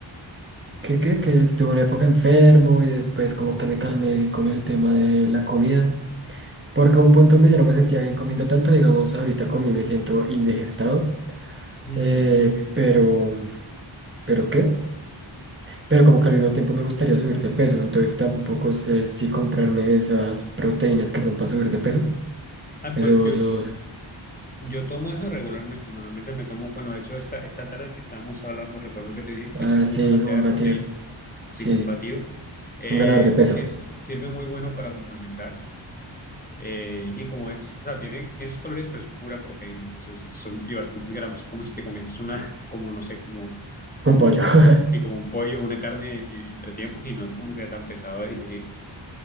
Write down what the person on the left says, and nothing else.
Mm,
sí, sí, entiendo.
Ah,
pues yo,
yo tomo eso regularmente, normalmente me tomo, bueno, de hecho esta, esta tarde que estábamos hablando, recuerdo que te dije que
me hice como
una malteada
de
proteína, así
como un batido. Eh,
sir- sirve muy bueno para complementar. Eh, y como es, o sea, tiene, tiene sus calorías, pero es pura proteína, entonces son y bastantes gramos, como si te comes una, <laughs> como no sé, como, como,
sí, como un pollo o una carne eh, entre tiempos y no es como que tan pesado de digerir,